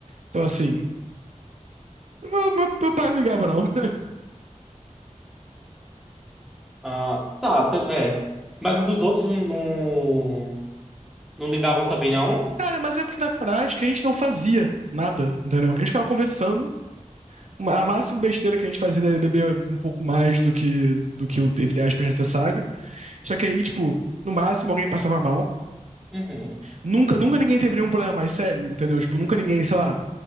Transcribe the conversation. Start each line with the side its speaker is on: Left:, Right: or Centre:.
Right: Então, assim, meu, meu- meu pai não ligava, não. <laughs>
Centre: Ah, tá, tu- é. Mas os dos outros não, não, não ligavam também, não?
Right: Cara, mas é porque na prática a gente não fazia nada, entendeu? A gente ficava conversando uma- a máxima besteira que a gente fazia era beber um pouco mais do que, do que o, entre aspas, necessário. Só que aí, tipo, no máximo alguém passava mal.
Centre: Uhum.
Right: Nunca, nunca ninguém teve nenhum problema mais sério, entendeu? Tipo, nunca ninguém, sei lá,